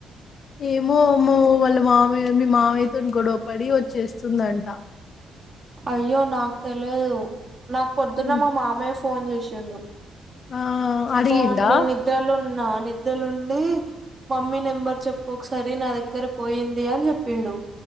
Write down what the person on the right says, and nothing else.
అయ్యో నాకు తెలియదు నాకు పొద్దున్న
మా మామయ్య ఫోన్ చేసిండు
ఫోన్ నేన్ నిద్రలో ఉన్ నా నిదలుండి మమ్మీ నెంబర్ చెప్పు ఒకసారి నా దగ్గర పోయింది అని చెప్పిండు